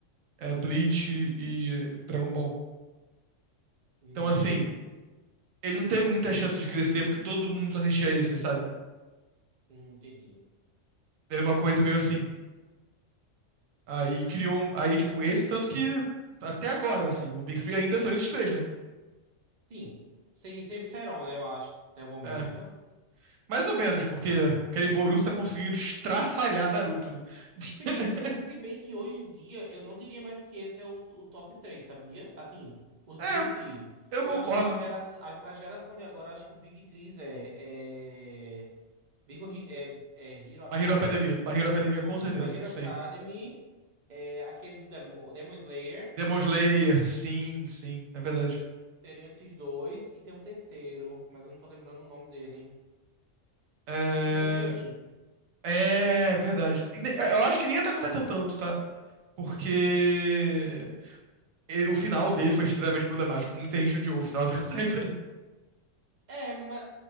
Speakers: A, on the right; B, on the right.
A: é, Bleach e Dragon Ball.
B: hum,
A: Então assim, ele não teve muita chance de crescer porque todo mundo só assistia esse, sabe?
B: hum, entendi.
A: Era uma coisa meio assim. Aí criou, um- aí tipo esse tanto que até agora assim, o Big Three ainda são esses três, né?
B: Sim, se- sempre serão, né? Eu acho, até o momento.
A: É, mais ou menos, porque aquele Boruto tá conseguindo estraçalhar Naruto, né? <laughs>
B: Se bem, que- se bem que hoje em dia eu não diria mais que esse é o, o top três sabia? Assim, os
A: É,
B: Big Three.
A: Eu
B: Eu
A: concordo.
B: acho que para gera, a- pra geração de agora, eu acho que o Big Three é, é, Big Hero, é, é Hero Academy,
A: My Hero Academia.
B: é, se eu não
A: My
B: me engano.
A: Hero Academia, com certeza.
B: Mas Hero
A: Sim.
B: Academy, é aquele do Demo, Demon Slayer,
A: Demon Slayer, sim, sim. É verdade.
B: teriam esses dois, e tem um terceiro, mas eu não tô lembrando o nome dele.
A: É,
B: Esse jeito do Kyojin.
A: é verdade. E ne- Eu acho que nem Attack on Titan tanto, tá? Porque e- o final dele foi extremamente problemático. Muita gente odiou o final do Attack on Titan. <laughs>
B: É, mas,